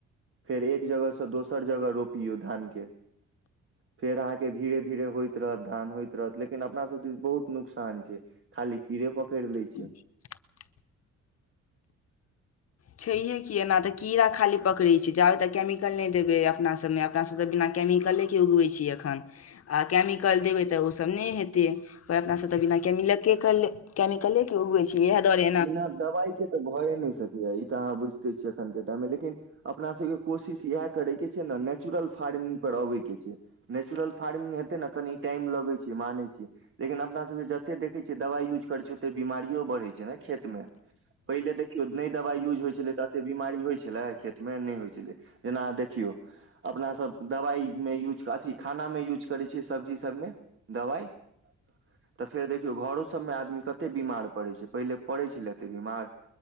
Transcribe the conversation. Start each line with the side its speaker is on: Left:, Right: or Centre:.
Right: फेर एक जगह से दोसर जगह रोपियौ धान के। फेर अहाँके धीरे धीरे होइत रहत धान होइत रहत लेकिन अपना सब दिस बहुत नुकसान छै। खाली कीड़े पकड़ि लै छै।
Left: <inaudible> छैहे कि ऐना तऽ कीड़ा खाली पकड़ै छै जाबे तऽ केमिकल नहि देबै अपना सभमे। अपना सबके तऽ बिना केमिकलेके उगबै छि एखन आ कमिकल देबै तऽ ओसभ नहि हेतै। पर अपनासँ तऽ बिना कमिक कैमिकलेके उगैत छै। ईयाह दुआारे।
Right: बिना दवाइ के तऽ भए नहि सकैया ई तऽ अहाँ बुझिते छियै एखन के टाईम मे लेकिन। अपनासभके कोशिश इएह करयके छै न नेचुरल फार्मिंग पर अबयके छै। नेचुरल फार्मिंग हेतै न कनि टाइम लगै छै मानै छी। लेकिन अपना सबके जतै देखै छियै दवाई यूज करैत छियै ओते बीमारी। बढ़ै छै ने खेत मे पहिले देखियौ नहि दवाइ यूज होइ छलै त एते बीमारी। होइ छलै खेत मे नहि होइ छलै जेना देखियौं। अपनासभ दवाई मे यूज अथी खाना मे यूज करै छियै सब्जी सभमे दवाई ह। तऽ फेर देखियौ घरो सभ मे आदमी कते बीमार पड़ै छै पहिले पड़ै छलै एते बीमार।